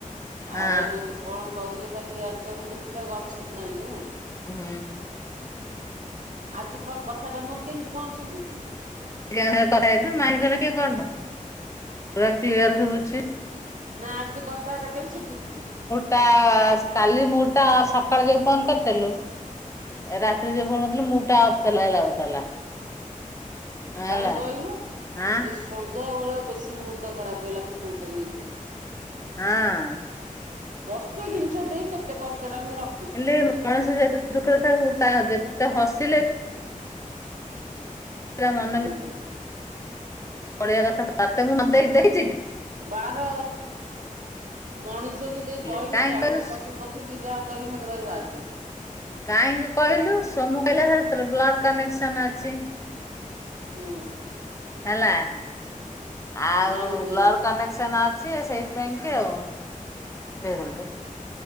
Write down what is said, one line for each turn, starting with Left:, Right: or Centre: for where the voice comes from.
Left: ହଁ
Right: ଆଉ ଏଇନା ବି? କଣ କରିବେ ଖାଲି ଇଡ ସିଆଡେ ତ କିଛିଉ ଗପସପ୍ ନାହିଁ ନା?
Left: ହୁଁ।
Right: ଆଜି କଥା ଟା ମୋର କେମିତି କଣ ଶିଖୁଛି।
Left: ଟ କଥା ହେଇ ମାଇର କିଏ କରିନ ପୁରା କ୍ଲିୟର ସୁବୁଛି।
Right: ନା ଆଜି କଥାବାର୍ତ୍ତା କେମତି ଶିଖୁଛି।
Left: ତା କାଲି ମୁ ଟା ସକାଳ ଯୋ ଫୋନ କରିଥିଲୁ। ରାତିରେ ଯୋଉ କଣଥିଲେ ମୁଟା ଅଫ୍ ଚଲ ଲାଗୁଥିଲା। ହେଲା
Right: କାହିଁ କହିଲୁ
Left: ଆଁ
Right: ଏଇ ସନ୍ଧ୍ୟା ବେଳେ ବେଶୀ ମୁର୍ତ ଖରାପ ହେଇଗଲା କୁକୁର ଟା ନେଇକି?
Left: ହଁ।
Right: ପସୁ ଜିନିଷ ଦେଇ କେତେ କଷ୍ଟରେ ଆମେ ରଖ?
Left: ହେଲେ ମଣିଷ ଯେତେ ଦୁଃଖରେ ଥାଉ ତା ଯେତେ ହସିଲେ ତା ମାନବି
Right: ହୁଁ
Left: ପଡ଼ିବା କଥା ପ୍ରତେ ମୁଁ ନ ଦେଇ ଦେଇଛି କି।
Right: ବାର ମଣିଷକୁ ଦେଇ
Left: ହେଲେ
Right: କହିଲି
Left: କାହିଁ
Right: ଯାହା
Left: କହିଲୁ
Right: ଗୋଟେ ପଶୁପକ୍ଷୀ କି ଯାହା କହିଲେ ମୁଁ ତେ ଭାରି ବାଧେ।
Left: କାହିଁକି କହିଲୁ
Right: ରଖିବି
Left: ସୋମୁ କହିଲା ଏ ତୋର ବ୍ଲଡ କନେକ୍ସନ ମାରିଛି।
Right: ହୁଁ
Left: ହେଲା ଆଉ
Right: ଜାଣିନି
Left: ବ୍ଲକ
Right: ବା
Left: ତମେ। ସେ ମାରିଛି ସେଇଥିପାଇଁ କି ଆଉ ଦେଇଦଲୁ